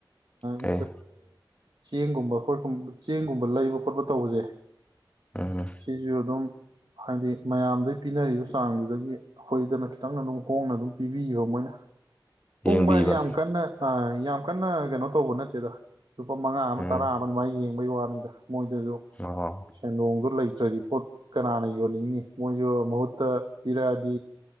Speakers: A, on the left (about 15°); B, on the right (about 65°).
A: ꯀꯩ
B: ꯏ ꯆꯦꯡꯒꯨꯝꯕ ꯑꯩꯈꯣꯏ ꯆꯦꯡꯒꯨꯝꯕ ꯂꯩꯕ ꯈꯣꯠꯄ ꯇꯧꯕꯁꯦ
A: ꯎꯝ
B: ꯁꯤꯁꯨꯔ ꯑꯗꯨꯝ ꯍꯥꯏꯗꯤ ꯃꯌꯥꯝꯗꯩ ꯄꯤꯅꯔꯤꯕ ꯆꯥꯡꯗꯨꯗꯒꯤ ꯑꯩꯈꯣꯏꯗꯅ ꯈꯤꯇꯪ ꯑꯗꯨꯝ ꯍꯣꯡꯅ ꯑꯗꯨꯝ ꯄꯤꯕꯤꯕꯣ ꯃꯣꯏꯅ ꯄꯣꯡ
A: ꯌꯦꯡꯕꯤꯕ
B: ꯚꯥꯏ ꯌꯥꯝ ꯀꯟꯅ ꯌꯥꯝ ꯀꯟꯅ ꯀꯩꯅꯣ ꯇꯧꯕ ꯅꯠꯇꯦꯗ ꯂꯨꯄꯥ ꯃꯉꯥ
A: ꯎꯝ
B: ꯇꯔꯥ ꯑꯗꯨ ꯃꯥꯏ ꯌꯦꯡ ꯕꯩ ꯋꯥꯅꯤꯗ ꯃꯣꯏꯗꯁꯨ
A: ꯑꯣ
B: ꯁꯦꯟꯗꯣꯡꯗ ꯂꯩꯇ ꯅꯠꯇ꯭ꯔꯗꯤ ꯄꯣꯠ ꯀꯅꯥꯅ ꯌꯣꯟꯅꯤꯡꯉꯤ ꯃꯣꯏꯁꯨ ꯃꯍꯨꯠꯇ ꯄꯤꯔꯛꯑꯗꯤ